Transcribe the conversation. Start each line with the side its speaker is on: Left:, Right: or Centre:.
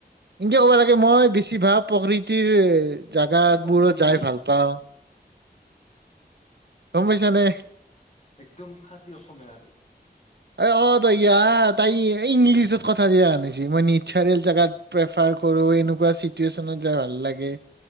Right: এনেকে ক'বা লাগে মই বেছিভাগ প্ৰকৃতিৰ জাগাতবোৰত
Left: প্ৰকৃতি
Right: যায় ভাল পাওঁ গম পাইছানে?
Left: একদম খাতি অসমীয়া আৰু।
Right: অ', তই ইয়াৰ তাই ইংলিছত কথা গিলাক আনিছি মই নিচাৰেল জেগাত প্ৰেফাৰ কৰো, এনেকুৱা চিটুৱেচনত যায় ভাল লাগে।